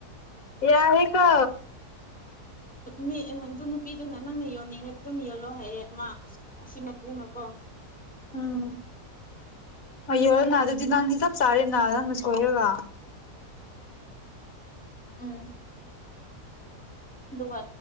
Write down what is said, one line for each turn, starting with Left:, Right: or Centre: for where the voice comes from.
Left: ꯌꯥꯏꯍꯦꯀꯣ
Centre: ꯃꯤ ꯑꯗꯨ ꯅꯨꯄꯤꯗꯨꯅ ꯅꯪꯅ ꯌꯣꯟꯅꯤꯡꯉ ꯑꯗꯨꯝ ꯌꯣꯜꯂꯣ ꯍꯥꯏꯌꯦ ꯃꯥ ꯑꯁꯤ ꯃꯄꯨꯅꯀꯣ
Left: ꯎꯝ ꯌꯧꯔꯦꯅꯥ ꯑꯗꯨꯗꯤ ꯅꯪꯗꯤ ꯆꯞ ꯆꯥꯔꯦꯅ ꯅꯪꯅ ꯁꯣꯏꯔꯒ
Centre: ꯑ <unintelligible> ꯎꯝ ꯑꯗꯨꯒ